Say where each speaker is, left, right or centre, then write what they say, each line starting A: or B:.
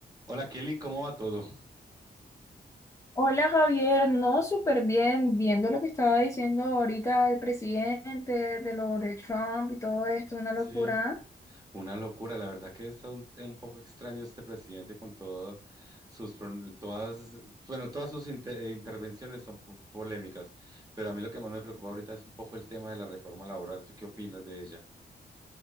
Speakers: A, on the right; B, on the left.
A: Hola Kelly, ¿cómo va todo?
B: Hola Javier, no, súper bien, viendo lo que estaba diciendo ahorita el presidente de lo de Trump y todo esto, una
A: Sí,
B: locura.
A: Una locura, la verdad que está un, un poco extraño este presidente con todas sus, pron- todas, bueno, todas sus inte- eh, intervenciones son po- polémicas, pero a mí lo que más me preocupa ahorita es un poco el tema de la reforma laboral. ¿Tú qué opinas de ella?